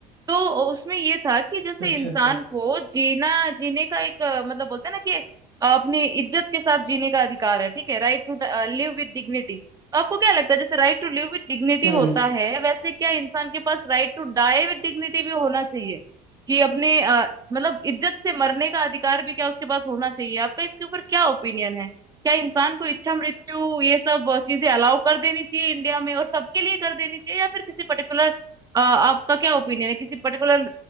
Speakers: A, on the right; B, on the right.
A: तो उसमें ये था कि जैसे
B: अच्छा
A: इंसान
B: अच्छा
A: को जीना जीने का एक अ, मतलब बोलते हैं ना कि अपनी इज्जत के साथ जीने का अधिकार है ठीक है right to live with dignity तो आपको क्या लगता है जैसे right to live with dignity
B: हम्म
A: होता है वैसे क्या इंसान के पास right to die with dignity भी होना चाहिए कि अपने अ, मतलब इज्जत से मरने का अधिकार भी क्या उसके पास होना चाहिए आपका इसके ऊपर क्या ओपिनियन है क्या इंसान को इच्छा मृत्यु ये सब चीजें अलाउ कर देनी चाहिए इंडिया में और सबके लिए कर देनी चाहिए या फिर किसी पर्टिकुलर अ, आपका क्या ओपिनियन है किसी पर्टिकुलर